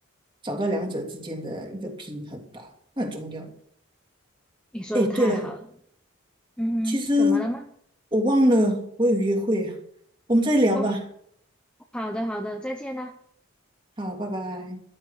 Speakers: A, on the right (about 25°); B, in the centre.
A: 找到两者之间的一个平衡吧，那很重要。
B: 你说的太好了，
A: 诶，对了，
B: 嗯哼，
A: 其实
B: 怎么了吗？
A: 我忘了我有约会啊，我们再聊吧。
B: 哦，好的好的，再见啦。
A: 好，拜拜。